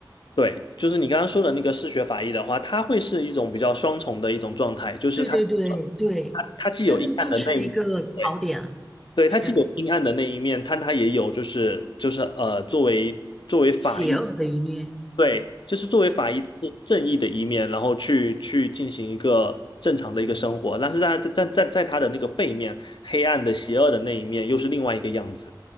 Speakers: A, on the left; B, in the centre.
A: 对，就是你刚刚说的那个嗜血法医的话，它会是一种比较双重的一种状态，就是它它它既有阴暗的那一
B: 对对对对，这个就是一个槽点，
A: 对对，
B: 是
A: 它既有阴暗的那一面，但它也有就是就是呃作为作为法医。
B: 邪恶的一面。
A: 对，就是作为法医是正义的一面，然后去去进行一个正常的一个生活，但是在在在在在他的那个背面，黑暗的、邪恶的那一面又是另外一个样子。